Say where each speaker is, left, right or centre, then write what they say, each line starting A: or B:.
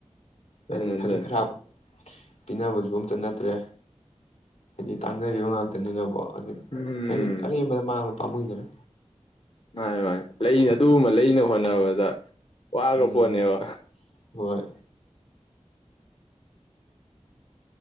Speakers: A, on the left; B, on the left.
A: ꯍꯥꯏꯗꯤ
B: ꯑꯗꯨꯅꯤ ꯑꯗꯨꯅꯤ
A: ꯈꯖꯤꯛ ꯈꯔꯥꯞ ꯄꯤꯅꯕꯖꯨ ꯑꯝꯇ ꯅꯠꯇ꯭ꯔꯦ ꯍꯥꯏꯗꯤ ꯇꯥꯡꯖꯔꯤꯕ ꯉꯥꯛꯇꯅꯤꯅꯀꯣ ꯑꯗꯨ
B: ꯎꯝ
A: ꯍꯥꯏꯗꯤ ꯑꯔꯦꯝꯕ ꯃꯥꯡ ꯄꯥꯃꯨꯏꯗꯅ
B: ꯃꯥꯅꯦ ꯃꯥꯅꯦ ꯂꯩ ꯑꯗꯨꯒꯨꯝꯕ ꯂꯩꯅ ꯍꯣꯠꯅꯕꯗ ꯋꯥꯒꯄꯣꯠꯅꯦꯕ
A: ꯎꯝ ꯍꯣꯏ